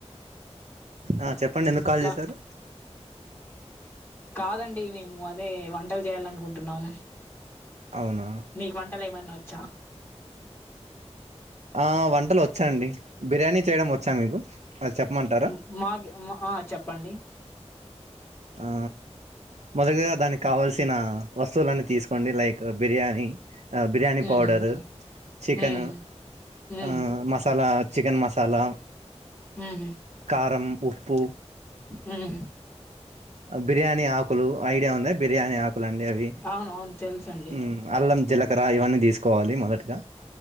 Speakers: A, on the right (about 75°); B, on the left (about 20°).
A: ఆ చెప్పండి ఎందు కాల్
B: కా
A: చేసారు
B: కాదండి మేము అదే వంటల్ జేయాలనుకుంటున్నాం
A: అవునా
B: నీక్ వంటలేమన్నా ఓచ్చా
A: ఆ వంటలోచ్చాండి బిర్యానీ చేయడం ఓచ్చా మీకు అ చెప్మంట
B: ఉం మాకి ఆ చెప్పండి
A: ఆ మాదేగ్గ దానికి కావాల్సిన వస్తువులన్ని తీసుకోండి లైక్ బిర్యానీ అ బిర్యానీ
B: మ్మ్
A: పౌడరు చికెను
B: మ్మ్ మ్మ్
A: ఆ మసాల చికెన్ మసాలా
B: ఉహూ
A: కారం ఉప్పు
B: ఉహ్
A: బిర్యానీ ఆకులు ఐడియా ఉందా బిర్యానీ ఆకులండి అవి
B: అవును అవును తెలుసండి
A: ఉ అల్లం జీలకర ఇవన్నీ తీస్కోవాలి మొదటగా